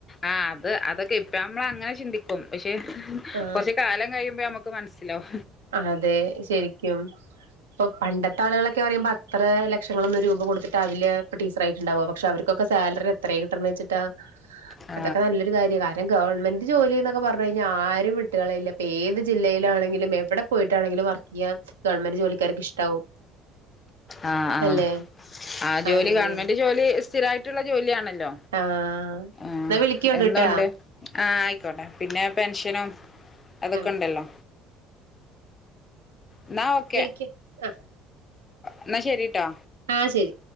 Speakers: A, on the left; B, on the right.
A: ആ അത് അതൊക്കെ ഇപ്പ നമ്മള അങ്ങനെ ചിന്തിക്കും പക്ഷെ
B: ആ
A: കുറച്ച് കാലം കഴിയുമ്പോ നമുക്ക് ക്ക് മനസ്സിലാവു
B: അതെ ശരിക്കും ഇപ്പൊ പണ്ടത്തെ ട്ടാളികളൊക്കെ പറയുമ്പോൾ അത്ര ലക്ഷങ്ങളൊന്ന് രൂപ കൊടുത്തിട്ടാവില്ല ടീച്ചറായിട്ട്ണ്ടാവ പക്ഷെ അവർക്കൊക്കെ സാലറി എത്രേ കിട്ടണേച്ചിട്ടാ
A: ആ
B: അതൊക്ക നല്ലൊരു കാര്യ ണം ഗവൺമെന്റ് ജോലി എന്നൊക്കെ പറഞ്ഞ് കഴിഞ്ഞാൽ ആരും വിട്ടുകളയില്ല ഇപ്പൊ ഏത് ജില്ലയിലാണെങ്കിലും എവിടെ പോയിട്ടാണെങ്കിലും വർക്ക് യ്യാൻ ഗവൺമെന്റ് ജോലിക്കാർക്ക് ഇഷ്ടാവും
A: ആ ആ
B: അല്ലെ
A: ആ ജോലി
B: അങ്ങനെ
A: ഗവൺമെന്റ് ജോലി സ്ഥിരായിട്ടുള്ള ജോലിയാണല്ലോ
B: ആഹ്
A: ആഹ്
B: എന്നാ വിളിക്കോണ്ട്
A: എന്തുണ്ട്
B: ട്ടാ
A: ആഹ് ആയിക്കോട്ടെ പിന്നെ പെൻഷനും അതൊക്കെണ്ടല്ലോ
B: ആഹ്
A: എന്നാ ഓക്കെ
B: വിളിക്ക് ആ
A: എന്നാ ശരീട്ടാ
B: ആഹ് ശരി